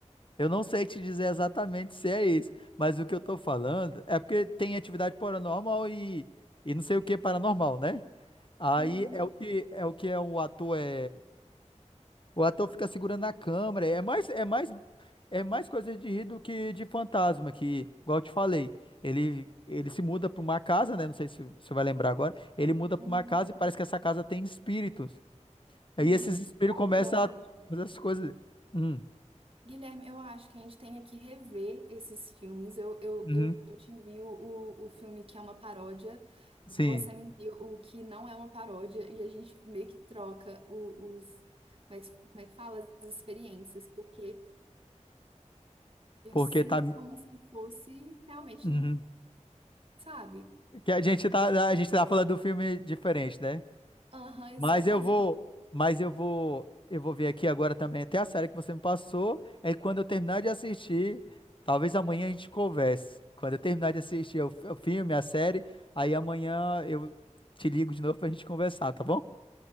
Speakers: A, on the left; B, on the right.
A: Eu não sei te dizer exatamente se é esse, mas o que eu tô falando é porque tem atividade paranormal e, e não sei o que é paranormal, né? Aí
B: Uhum,
A: é o que é o que é o ator é, o ator fica segurando a câmera, é mais é mais é mais coisa de rir do que de fantasma, que igual eu te falei, ele ele se muda para uma casa, né? Não sei se você vai lembrar agora. Ele muda
B: uhum,
A: para uma casa e parece que essa casa tem espíritos. Aí
B: uhum.
A: esses espíritos
B: Sabe
A: começam
B: o que eu acho?
A: a fazer as coisas. Hum,
B: Guilherme, eu acho que a gente tem que rever esses filmes. Eu, eu,
A: uhum,
B: eu, eu te envio o, o filme que é uma paródia, você
A: sim.
B: me envia o que não é uma paródia, e a gente meio que troca o- os, como é que, como é que fala? As experiências, porque eu
A: Porque
B: sinto
A: tá
B: como se fosse realmente,
A: Uhum.
B: sabe?
A: Que a gente tá, a gente tá falando do filme diferente, né?
B: Aham, exatamente.
A: Mas eu vou, mas eu vou, eu vou ver aqui agora também até a série que você me passou. É quando eu terminar de assistir, talvez amanhã a gente converse. Quando eu terminar de assistir o, fi- o filme, a série, aí amanhã eu te ligo de novo pra gente conversar, tá bom?